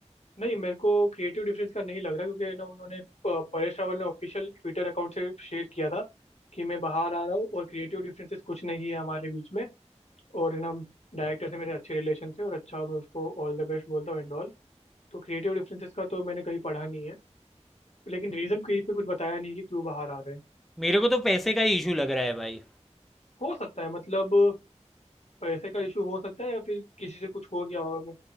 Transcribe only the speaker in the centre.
मेरे को तो पैसे का ही इशू लग रहा है भाई